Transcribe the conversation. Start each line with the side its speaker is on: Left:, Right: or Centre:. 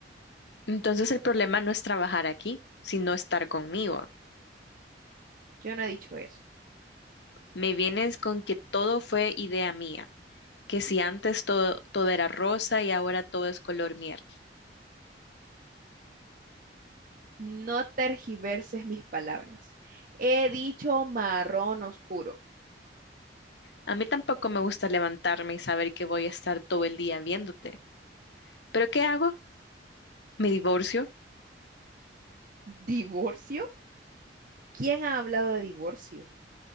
Left: Entonces el problema no es trabajar aquí, sino estar conmigo.
Right: Yo no he dicho eso.
Left: Me vienes con que todo fue idea mía, que si antes todo, todo era rosa y ahora todo es color miel.
Right: No tergiverses mis palabras. He dicho marrón oscuro.
Left: A mí tampoco me gusta levantarme y saber que voy a estar todo el día viéndote. ¿Pero qué hago? ¿Me divorcio?
Right: ¿Divorcio? ¿Quién ha hablado de divorcio?